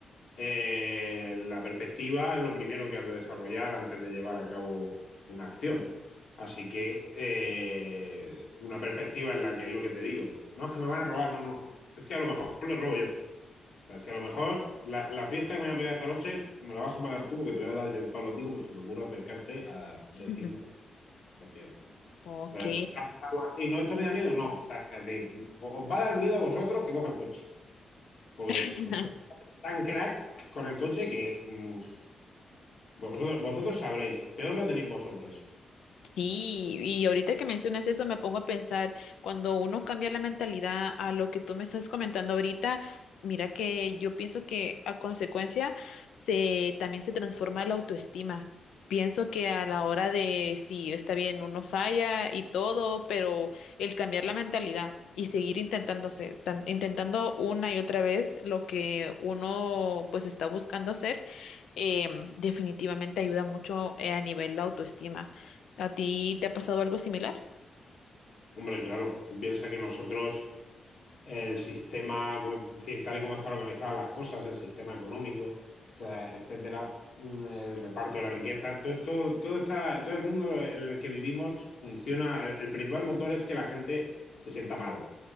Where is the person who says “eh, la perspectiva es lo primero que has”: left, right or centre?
Left